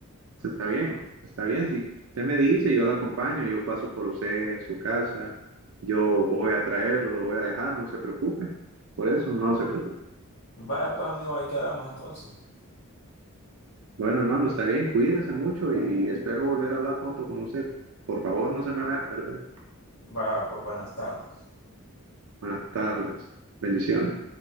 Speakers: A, on the right; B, on the left.
A: Entonces, Está bien, está bien. Si usted me dice, yo lo acompaño, yo paso por usted, su casa, yo voy a traerlo, lo voy a dejar, no se preocupe. Por eso no se preocupe.
B: Vaya, pues amigo, ahí quedamos entonces.
A: Bueno, hermano, está bien, cuídese mucho y espero volver a hablar pronto con usted. Por favor, no se me vaya a perder.
B: Va, pues buenas tardes.
A: Buenas tardes. Bendiciones.